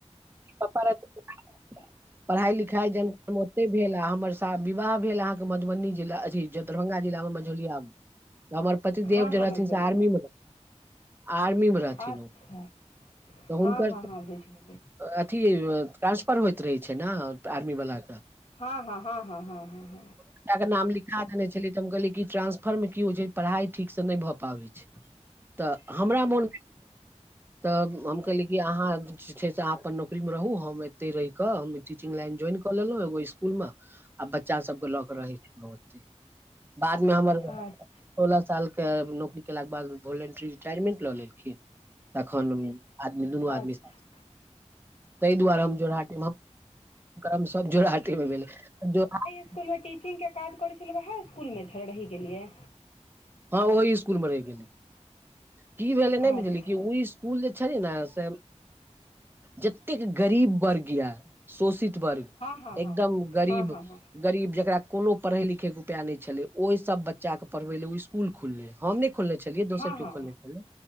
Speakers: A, on the right; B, on the left.
A: पप्पा रहथुन
B: हूँ
A: <inaudible>
B: <inaudible>
A: पढ़ाई लिखाई जन ओते भेल आ हमर शादी, विवाह भेल अहाँके मधुबनी जिला अथी दरभंगा जिला मे मझोलियामे हमर पतिदेव
B: हँ
A: जे
B: हँ
A: रहथिन
B: मझौलिए
A: से आर्मी मे आर्मी मे रहथिन
B: अच्छा
A: ओ तऽ
B: हँ
A: हुनकर
B: हँ हँ बुझि गेलिए
A: अथी ट्रांसफर होइत रहै छै, नऽआर्मी वलााक कऽ।
B: हँ -हँ- हँ -हँ- हँ -हँ -हँ
A: एकटा के नाम लिखा देने छ छलेै, त हम कहले क कि ट्रानंसफर मे की होइ छै, पढ़ाई ठीक से न नई भए पाबे छै।
B: ह
A: तऽ हमरा मोन
B: ह
A: तऽ हम कहली कि अहाँ जे छै, से अहाँ अपन नौकरी मे रहू हम एते रहिक हम टीचिंग लाइन ज्वाइन क लेलहु एगो इस्कुल म आ बच्चा सब क ल रहै छथिन ओे ओते बादमे हमर
B: अच्छा
A: सोलह साल के नौकरी केलाके बाद वोलेंट्री रिटायरमेंट लऽ लेलखिन तखन आदमी दुनू आदमी
B: अच्छा
A: सा
B: अच्छा
A: ताहि दुआरे हम जोराट रम सब जोड़ हाटी मे भेलै। <inaudible>
B: इस्कुल मे टीचिंग के काज करै छलियै वएह इस्कुल मे छियै रहि गेलियै।
A: हँ ओहि इस्कुल मे रहि गेलियै की भेले नहि
B: अच्छा
A: बुझलियै कि ओ
B: अच्छा
A: इस्कू इस्कुल जे छलै नऽसे जतेक गरीब वर्ग ये शोषित वर्ग
B: हँ हँ
A: एकदम गरीब
B: हँ हँ हँ
A: गरीब जेकरा कोनो पढ़ै लिखै के उपाय नहि छलै, ओहि सब बच्चा के पढ़बै ले उ स्कूल खुललै हम नहि खोलने छलियै, दोसर
B: हँ
A: केओ
B: हँ
A: खोलने छलै